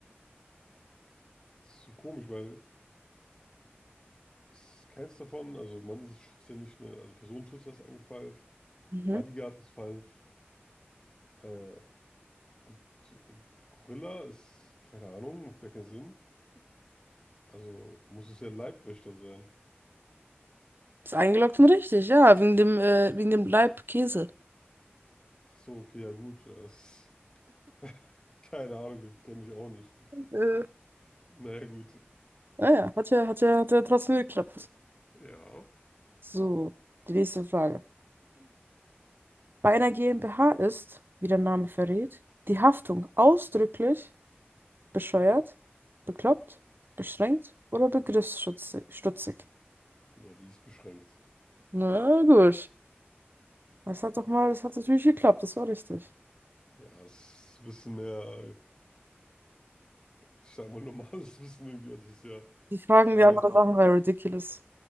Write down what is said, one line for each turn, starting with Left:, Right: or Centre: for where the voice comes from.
Left: Das ist so komisch, weil es ist keins davon. Also man ist schützt ja nicht, ne? Also Personenschützer ist eigentlich falsch.
Right: Mhm.
Left: Bodyguard ist falsch. Äh, und äh, Gorilla ist, keine Ahnung, macht gar keinen Sinn. Also muss es ja Leibwächter sein.
Right: Ist eingeloggt und richtig, ja, wegen dem, äh, wegen dem Leib Käse.
Left: Ach so, okay, ja gut. Das, <laughs> keine Ahnung, kenne ich auch nicht.
Right: Äh,
Left: Naja, gut.
Right: Naja, hat ja, hat ja, hat ja trotzdem geklappt.
Left: Ja.
Right: So, die nächste Frage. Bei einer GmbH ist, wie der Name verrät, die Haftung ausdrücklich bescheuert, bekloppt, beschränkt oder begriffsstutzig.
Left: Ja, die ist beschränkt.
Right: Na gut. Das hat doch mal, das hat natürlich geklappt, das war richtig.
Left: Ja, es ist ein bisschen mehr, ich sag mal, normales <laughs> Wissen irgendwie. Also es ist ja,
Right: Die fragen
Left: das eine
Right: die andere
Left: ist
Right: Sachen waren Ridiculous.